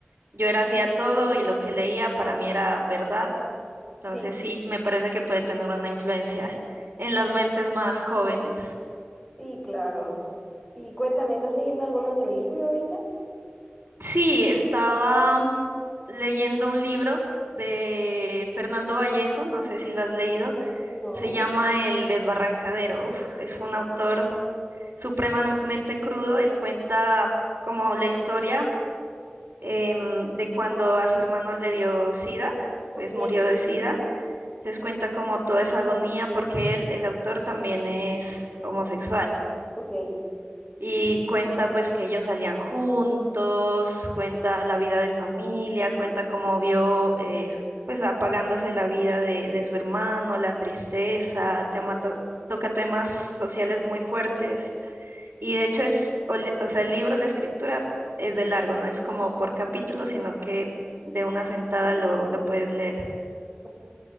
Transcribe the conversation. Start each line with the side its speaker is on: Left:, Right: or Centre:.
Right: yo era así a todo y lo que leía para mí era verdad. Entonces
Left: Sí,
Right: sí, me parece que puede tener una influencia en las mentes más jóvenes.
Left: sí, claro. Y cuéntame, ¿estás leyendo algún otro libro ahorita?
Right: Sí, estaba leyendo un libro de Fernando Vallejo, no sé si lo has leído,
Left: No.
Right: se llama El Desbarrancadero. Uf, es un autor supremamente crudo, él cuenta como la historia em, de cuando a su hermano le dio SIDA,
Left: Ok,
Right: pues murió de SIDA. Entonces cuenta como toda esa agonía porque él, el autor, también es homosexual.
Left: Ok,
Right: Y cuenta pues que ellos salían juntos, cuenta la vida de familia, cuenta cómo vio eh, pues apagándose la vida de, de su hermano, la tristeza, tema to- toca temas sociales muy fuertes. Y de hecho es, o, le- o sea, el libro, la escritura es de largo, no es como por capítulo, sino que de una sentada lo, lo puedes leer.
Left: ok,